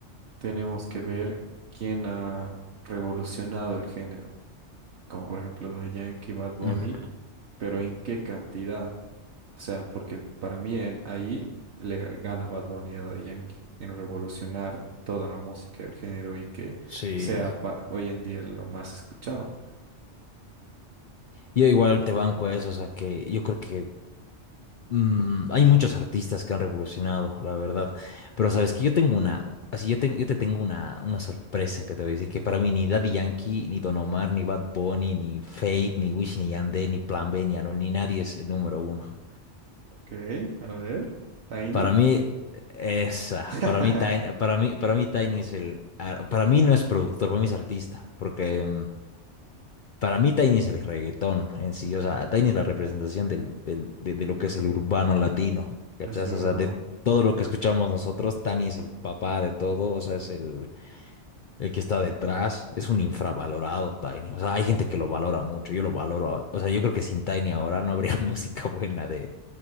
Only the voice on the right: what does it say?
tenemos que ver quién ha revolucionado el género, como por ejemplo de Yankee, Bad Bunny,
pero en qué cantidad. O sea, porque para mí en- ahí le ga- gana Bad Bunny a Daddy Yankee en revolucionar toda la música del género y que
sea pa- hoy en día lo más escuchado.
Ok, a ver, Tiny.
<laughs>
Es verdad.